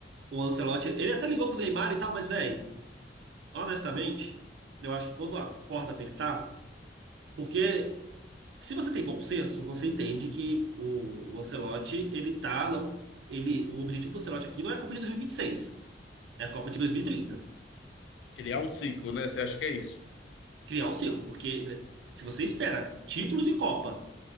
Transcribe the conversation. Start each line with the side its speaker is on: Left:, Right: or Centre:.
Right: o Ancelotti, ele até ligou pro Neymar e tal, mas, velho, honestamente, eu acho que quando a corda apertar, porque Se você tem bom senso, você entende que o, o Ancelotti, ele tá, não, ele, o objetivo do Ancelotti aqui não é a Copa de 2026, é a Copa de 2030.
Left: criar um ciclo, né? Você acha que é isso?
Right: Criar um ciclo, porque né, se você espera título de Copa